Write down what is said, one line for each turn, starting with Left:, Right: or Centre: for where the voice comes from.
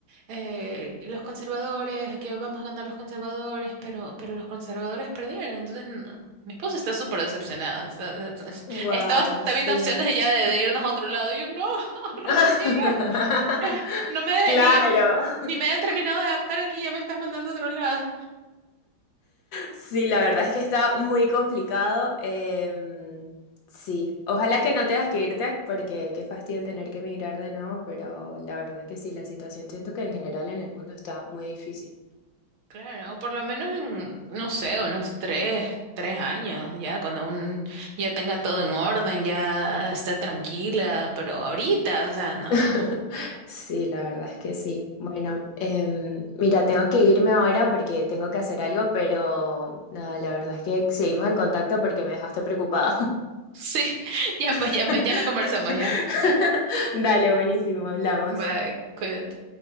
Right: eh, los conservadores, que vamos a ganar los conservadores, pero, pero los conservadores perdieron, entonces, no, mi esposa está súper decepcionada, está, está, <laughs>
Left: wow,
Right: estaba hasta
Left: sí.
Right: viendo opciones de ya de, de irnos a otro lado, y yo, no, <laughs>
Left: <laughs>
Right: recién llegué, eh, no me,
Left: Claro.
Right: ni, ni
Left: <laughs>
Right: me he terminado de adaptar aquí, ya me estás mandando a otro lado.
Left: Sí, la verdad es que está muy complicado. em, sí, ojalá que no tengas que irte, porque qué fastidio tener que emigrar de nuevo, pero la verdad es que sí, la situación siento que en general en el mundo está muy difícil.
Right: Claro, o por lo menos en, no sé, unos tres, tres años, ya cuando un, ya tenga todo en orden, ya esté tranquila, pero ahorita, o sea, no,
Left: <laughs>
Right: no, no.
Left: Sí, la verdad es que sí. Bueno, em, mira, tengo que irme ahora porque tengo que hacer algo, pero nada, la verdad es que seguimos en contacto porque me dejaste preocupada.
Right: Sí, <laughs> ya
Left: <laughs>
Right: pues ya, mañana conversamos ya.
Left: Dale, buenísimo, hablamos.
Right: Bye, cuídate.